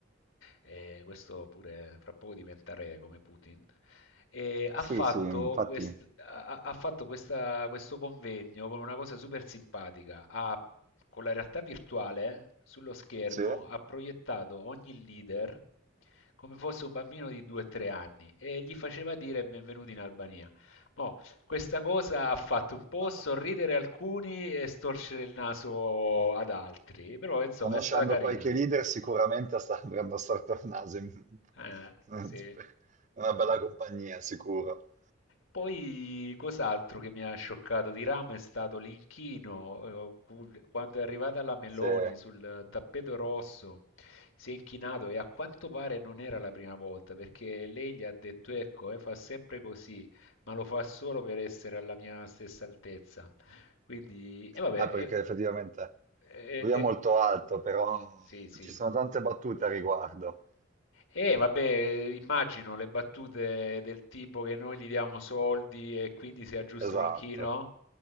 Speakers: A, on the left; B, on the right.
A: e questo pure fra poco diventerà re come Putin. E ha
B: Sì,
A: fatto,
B: sì, infatti,
A: quest- ha- ha fatto questa- questo convegno con una cosa super simpatica. Ha- con la realtà virtuale sullo schermo
B: sì.
A: ha proiettato ogni leader come fosse un bambino di 2-3 anni e gli faceva dire benvenuti in Albania. Mo, questa cosa ha fatto un po'
B: <laughs>
A: sorridere alcuni e storcere il naso ad altri, però insomma
B: Conoscendo
A: è stata carina.
B: qualche leader sicuramente sta andando a storto il naso. in-
A: Eh,
B: <laughs>
A: sì.
B: Una bella compagnia, sicuro.
A: Poi cos'altro che mi ha scioccato di Rame è stato l'inchino, eh, cu- quando è arrivata la Meloni
B: Se...
A: sul tappeto rosso, si è inchinato e a quanto pare non era la prima volta, perché lei gli ha detto, ecco, eh, fa sempre così, ma lo fa solo per essere alla mia stessa altezza. Quindi, e vabbè,
B: Ah, perché
A: eh,
B: effettivamente
A: eh,
B: lui è molto
A: eh,
B: alto, però
A: sì, sì.
B: ci sono tante battute a riguardo.
A: E vabbè, immagino le battute del tipo che noi gli diamo soldi e quindi sia giusto
B: Esatto,
A: l'inchino.